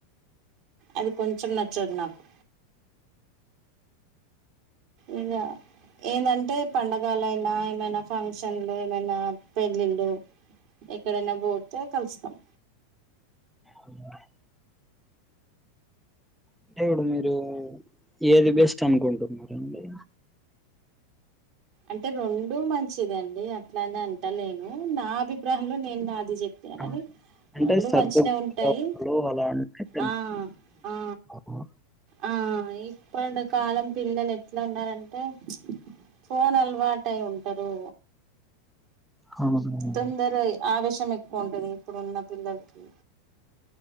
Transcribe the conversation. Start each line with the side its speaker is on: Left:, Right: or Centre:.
Right: అది కొంచెం నచ్చదు నాకు ఇగ ఏందంటే పండగలైనా ఏమైనా ఫంక్షన్లు ఏమైనా పెళ్ళిళ్ళు ఎక్కడైనా పోతే కలుస్తాం
Centre: ఉండు అంటే ఇప్పుడు మీరు ఏది బెస్ట్ అనుకుంటున్నరండి
Right: అంటే రెండూ మంచిదండి అట్లానే అంటలేను నా అభిప్రాయంలో నేను నా ఇది చెప్తే అనేది
Centre: ఆ, అంటే
Right: రెండు
Centre: సర్దులో
Right: మంచిన ఉంటాయి
Centre: అలా అంటే
Right: ఆ ఆ
Centre: అవును
Right: ఆ ఇపడ కాలం పిల్లలు ఎట్లా ఉన్నారంటే ఫోన్ అలవాటు అయి ఉంటారు
Centre: అవును
Right: తొందర ఆవేశం ఎక్కువ ఉంటది ఇప్పుడున్న పిల్లలకి